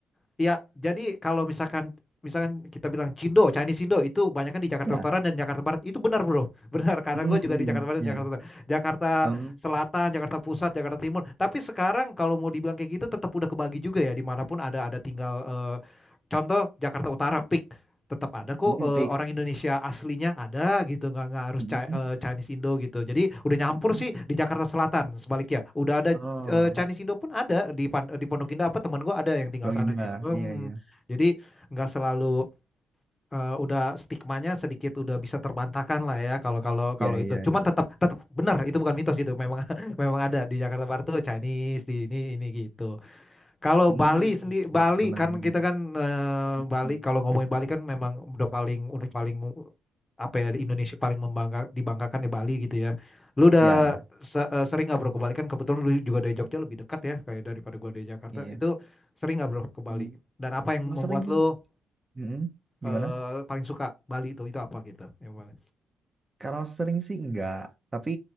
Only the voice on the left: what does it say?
ya jadi kalau misalkan misalkan kita bilang Cindo, Chinese Indo itu banyak kan di Jakarta
Utara dan Jakarta Barat. Itu benar, Bro. <laughs> Benar karena
gue juga
di Jakarta Barat dan
Jakarta Utara. Jakarta
Selatan, Jakarta Pusat, Jakarta Timur. Tapi sekarang kalau mau dibilang kayak gitu tetap udah kebagi juga ya dimanapun ada ada tinggal eh, contoh Jakarta Utara peak tetap ada kok
eh,
orang Indonesia aslinya ada gitu nggak nggak harus
Chi-
eh, Chinese Indo gitu jadi udah nyampur
sih di Jakarta Selatan sebaliknya udah ada
eh, Chinese Indo pun ada di Pan- di Pondok Indah apa teman gue ada yang tinggal
sana gitu. Hmm,
jadi nggak selalu eh, udah stigmanya sedikit udah bisa terbantahkan lah ya kalau kalau
kalau itu.
Cuman
tetap tetap benar itu bukan mitos gitu. Memang <laughs> memang ada di Jakarta Barat tuh Chinese di ini ini gitu. Kalau
Bali sendiri Bali
kan
kita kan eh,
Bali kalau ngomongin Bali kan memang udah paling udah paling apa ya di Indonesia paling membangga dibanggakan di Bali gitu ya. Lu udah
se- eh, sering nggak bro ke Bali kan kebetulan lu juga dari Jogja lebih dekat ya kayak daripada gua dari Jakarta.
Itu sering nggak bro ke Bali?
Dan apa yang
membuat
lu
eh, paling suka Bali itu itu apa gitu? Yang mana?